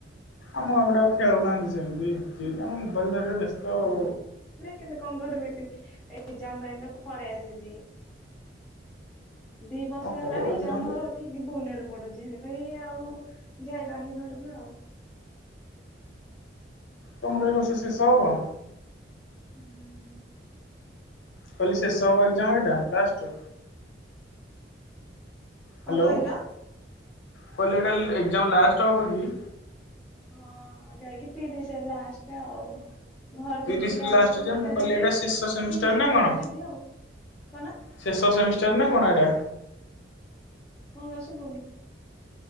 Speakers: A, on the left (about 80°); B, in the centre.
A: ଆମ ଏପଟେ ଆଉ ଖେଳୁନାହାନ୍ତି ସେମତି। ସିଏ
B: ହୁଁ।
A: ତାଙ୍କ ମୋବାଇଲ୍ ଧରିବାରେ ବ୍ୟସ୍ତ ଆଉ।
B: କେନ୍ତି କଣ କରିବି, ଏକ୍ଜାମ୍ ପାଇଁ ତ ପଳେଇ ଆସିଚି। ଦି ବର୍ଷ ହେଲାଣି।
A: ହଉ ଏକ୍ଜାମ
B: <unintelligible> ପୁନେରେ ପଢୁଚି। ହେନ୍ତି ପାଇଁ ଆଉ ଯାଇପାରୁନି ଘରକୁ ଆଉ।
A: ତମର ଏଇ ବର୍ଷ ଶେଷ ହବ?
B: ହୁଁ।
A: କହିଲି ଶେଷ ହବ ଏକ୍ଜାମ୍ ଏଇଟା ଲାଷ୍ଟ୍?
B: କଣ
A: ହାଲୋ।
B: କହିଲ?
A: କହିଲି ଏଇଟା ଏକ୍ଜାମ୍ ଲାଷ୍ଟ୍ ହବ କି?
B: ହଁ ଯାଇକି ତିରିଶି ରେ ଲାଷ୍ଟ୍ ଆଉ। ଘରକୁ
A: ତିରିଶରେ
B: ଯିବି ବାକୁ
A: ଲାଷ୍ଟ ଯେ
B: ଗଲେ
A: ମୁଁ କହିଲି
B: ତାପରେ
A: ଏଇଟା
B: ତିନି
A: ଶେଷ ସେମିଷ୍ଟାର
B: ଚାରି
A: ନା କଣ
B: ବା ଯିବି ଆଉ। କଣ?
A: ଶେଷ ସେମିଷ୍ଟାର ନା କଣ ଏଟା?
B: କଣ ଶୁବୁନି?